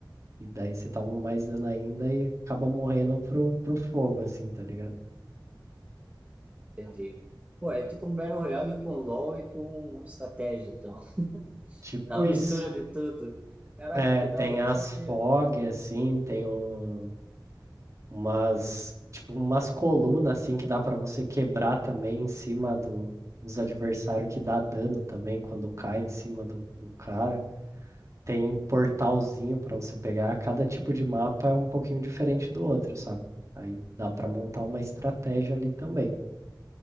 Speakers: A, on the right; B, on the right.
A: e daí você toma mais dano ainda e acaba morrendo pro, pro fogo, assim, tá ligado?
B: Entendi. Pô, é tipo um Battle Royale com LoL e com estratégia, então. <laughs>
A: Tipo
B: É uma
A: isso.
B: mistura de tudo. Caraca,
A: É,
B: que
A: tem
B: da hora, não
A: as
B: sabia.
A: fog, assim, tem um, umas, tipo, umas colunas, assim, que dá pra você quebrar também em cima do, dos adversários que dá dano também quando cai em cima do, do cara. Tem um portalzinho pra você pegar. Cada tipo de mapa é um pouquinho diferente do outro, sabe? Aí dá pra montar uma estratégia ali também.